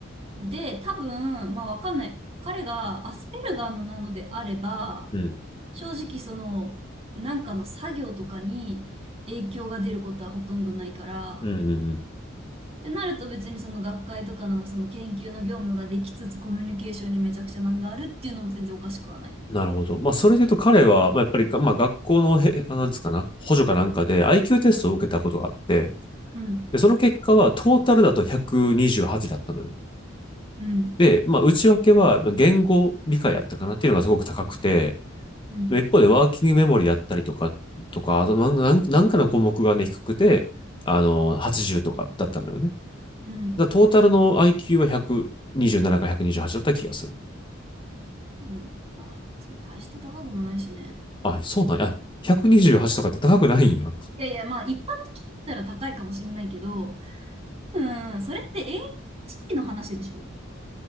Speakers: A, on the right; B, on the left.
A: で、多分、まあわかんない。彼がアスペルガーのなのであれば、
B: うん、
A: 正直その、なんかの作業とかに影響が出ることはほとんどないから、
B: うん、うん。
A: ってなると別にその学会とかのその研究の業務ができつつコミュニケーションにめちゃくちゃ難があるっていうのも全然おかしくはない。
B: なるほど。まあ、それで言うと彼は、まあ、やっぱりが、まあ、学校のへ、あなんですかな、補助かなんかで IQ テストを受けたことがあって、
A: うん、
B: で、その結果はトータルだと128だったのよ。
A: うん、
B: で、まあ、内訳はまあ言語理解やったかなっていうのがすごく高くて、
A: うん、うん、
B: で一方でワーキングメモリだったりとか、とか、あとなんなんなんかの項目がね、低くて、あの、80とかだったんだよね。
A: うん、
B: だトータルの IQ は127か128だった気がする。
A: うん。まあ、別に大して高くもないしね。
B: あ、そうなんや。128とかって高くないんや。
A: いやいや、まあ一般的に言ったら高いかもしれないけど、うん、それって AHT の話でしょエーエイ